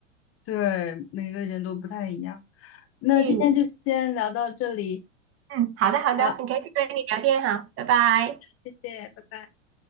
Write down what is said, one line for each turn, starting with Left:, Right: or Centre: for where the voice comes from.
Left: 对每个人都不太一样。那今天就先聊到这里，
Right: 对，嗯，好的好的，
Left: 好，
Right: 很开心跟你聊天哈，拜拜。
Left: 谢谢，拜拜。